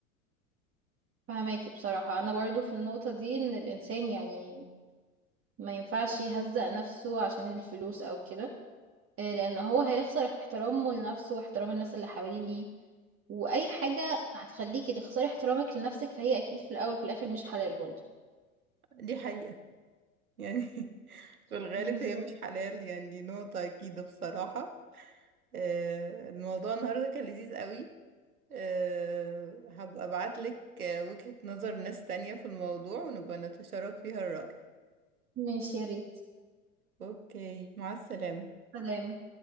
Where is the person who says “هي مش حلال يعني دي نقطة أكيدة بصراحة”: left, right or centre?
Right